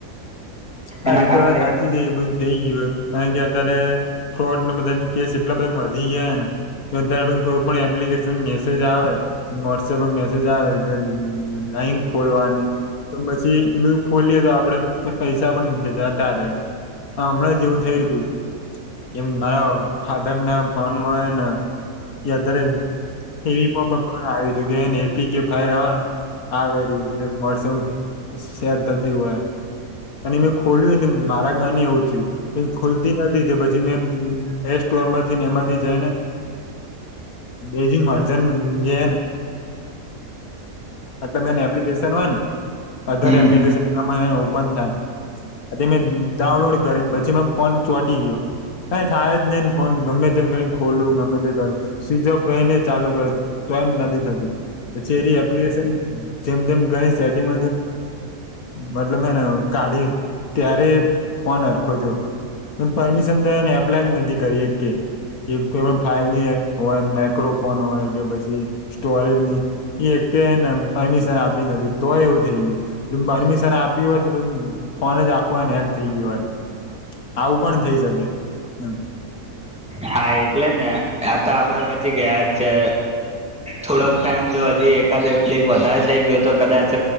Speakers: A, on the left (about 80°); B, in the centre.
A: હા
B: એના
A: એ
B: કારણે
A: તો વાત સાચી જઈ બધું થઈ ગયું કારણ કે અત્યારે ફ્રોડ ન બધા કેસ એટલા બધા વધી ગયાને બધાડ કોઈ પણ એપ્લિકેશન મેસેજ આવે વોટ્સએપમાં મેસેજ આવે કે લઈ ખોલવાની. પછી એ બધું ખોલીએ તો આપડે પૈસા પણ જતા ર હા હમણાં જ જેવું થયું હતું એમ મારા ફાધર ના ભનમાંને કે અત્યારે એવી પણ આવ્યુંું કે એપી કે ફાયર આવે ર જે મોસમ શેર થતી હોય અને મેં ખોલ્યું ને મારા ગને એવું થયું. એ ખુલતી નથી તે પછી મે એ સ્ટોર માંથી ને એમાંથી જાય ને. એજિંગ. જે એટલે બે એપ્લિકેશન હોય ને. અધારે
B: હમ
A: એપ્લિકેશન એનામાં ઓપન થાય. મેં ડાઉનલોડ કરીને પછી મે ફોન ચોટી ગયો. ક થાય જ નઈને ફોન ગમે તેમ કરીને ખોલું ગમે તે કરું. સિજપ ગઈને ચાલુ ગયો તોયને નથી થતી. પછ એ એપ્લિકેશન જેમ જેમ ગણી સેટિંગ મતલબ હને. કાઢી ત્યારે ફોન હરખો દ્યો. પણ પરમિશન દ એપ્લાય નથી કરી એક કે. એ કો ફાઇલ ની હોય માઈક્રોફોન હોય કે પછી સ્ટોરેજની. એ એક કેને પરમિશન આપી નથી તોય એવું થઈ ગયું પરમિશન આપ્યું હોત. ફોન જ આખુ ને હેક થઈ ગયો હે આવું પણ થઇ શકે એમ.
B: હા એટલે જ ને આ તો આપડે પછી ગયા જ છે. થોડોક ટાઈમ જો હજી એકાદ એકલીફ વધારે થઈ ગયો તો કદાચ.